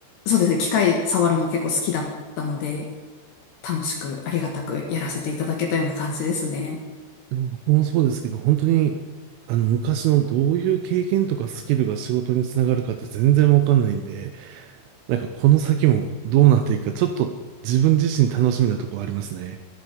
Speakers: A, on the left (about 65°); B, on the right (about 80°).
A: そうですね、機械触るの結構好きだったので、楽しくありがたくやらせていただけたような感じですね。
B: でも僕もそうですけど、本当に、あの、昔のどういう経験とかスキルが仕事につながるかって全然わかんないんで、なんかこの先もどうなっていくか、ちょっと自分自身楽しみなとこありますね。